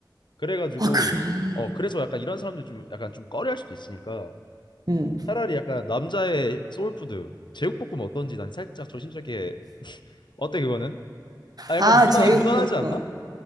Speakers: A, on the left; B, on the right.
A: 그래가지고
B: 아 그래
A: 어 그래서 약간 이런 사람들 좀 약간 좀 꺼려할 수도 있으니까
B: 응.
A: 차라리 약간 남자의 소울푸드 제육볶음 어떤지 난 살짝 조심스럽게 어때 그거는? 아 약간
B: 아,
A: 무난
B: 제육볶음.
A: 무난하지 않나?